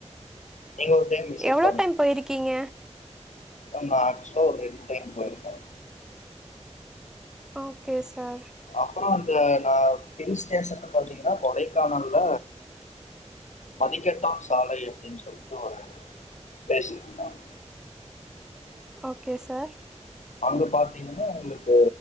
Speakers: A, on the left; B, in the centre.
A: நீங்க ஒரு டைம் விசிட்
B: எவ்ளோ டைம் போய்ருக்கீங்க
A: அம்நாச்சோ ஒர் ரெண் டைம் போய்ர்க்க
B: ஓகே சார்
A: அப்பறோ அந்த நா ஹில் ஸ்டேஷன்ல பாத்தீங்கன்னா கொடைக்கானல்ல மதிக்கட்டா சாலை அப்டின் சொல்ட்டு ஒரு பேசிர்ந்தாங்
B: ஓகே சார்
A: அங்க பாத்தீங்கன்னா உங்ளுக்கு